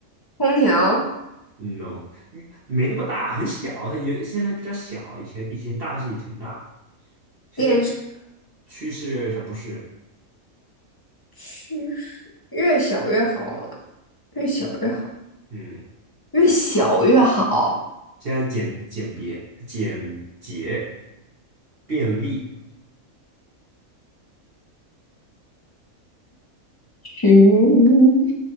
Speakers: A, on the left (about 30°); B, on the right (about 45°).
A: 空调、
B: no，你没那么大，很小，有现在比较小，以前以前大是以前大，现在
A: 电视，
B: 趋势越来越小，不是？
A: 趋势越小越好啊越小越好，
B: 嗯，
A: 越小越好。
B: 现在简简别简洁便利，
A: 嗯，